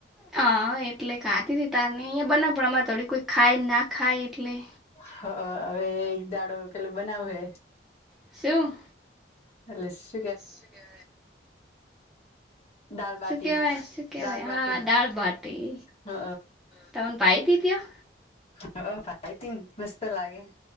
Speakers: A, in the centre; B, on the left.
A: હ એટલે કાતી ત તારની અહિયાયા બનામાં થોડી કોઈ ખાય ના ખાય એટલે
B: હ હવે એક દાડો પેલો બનાવું હે
A: શું
B: એસ
A: શ કે
B: દાલબાટી
A: શું કેવાય શું કેવાય
B: દાલબાટી
A: હા દાળભટી
B: હ
A: તને ભાઈ તીધયો
B: હ ભાઈતી મસ્ત લાગે